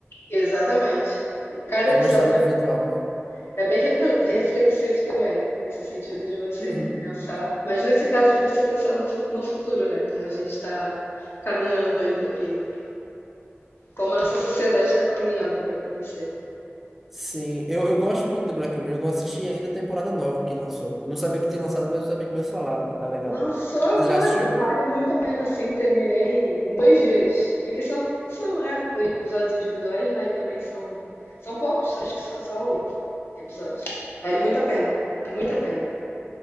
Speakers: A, on the left (about 60°); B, in the centre.
A: exatamente. E cada
B: É
A: episódio
B: uma história individual.
A: é bem refle- reflexivo também, nesse sentido de você
B: Uhum.
A: pensar. Mas nesse caso de você pensar do fu- no futuro, né? Como a gente está caminhando aí para que. Como a nossa sociedade está caminhando para acontecer.
B: Sim, eu, eu gosto muito de Black Mirror. Eu não assisti ainda a temporada nova que lançou. Eu não sabia que tinha lançado, mas os amigos meus falaram que tá legal.
A: Lançou agora,
B: Você já assistiu?
A: vale muito a pena, sim. Terminei em dois dias. Porque são, são é, episódios individuais, né? E também são, são poucos, acho que são só oito episódios. Vale muito a pena, muito a pena.